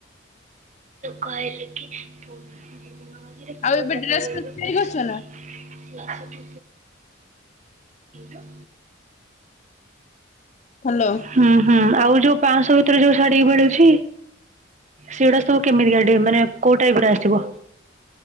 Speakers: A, on the right; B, on the left.
A: କହିଲେ କି ପ ଦିନରେ ପ
B: ଆଉ ଏବେ ଡ୍ରେସ୍ ଫ୍ରେସ୍ ତିଆରି
A: ପଇସା
B: କରିଛ ନା
A: ଅଛି ଦ
B: ହ୍ୟାଲୋ
A: ହୁଁ ହୁଁ ଆଉ ଯୋଉ ପାଞ୍ଚଶ ଭିତରେ ଯୋଉ ଶାଢୀ ମିଳୁଛି ସେଉଡା ସବୁ କେମିତିକା ଟିକେ ମାନେ କୋଉ ଟାଇପର ଆସିବ?